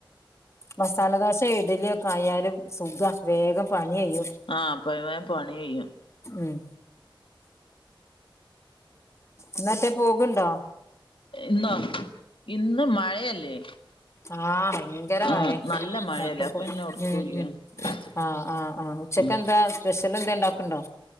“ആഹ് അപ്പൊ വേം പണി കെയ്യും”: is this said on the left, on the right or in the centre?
Left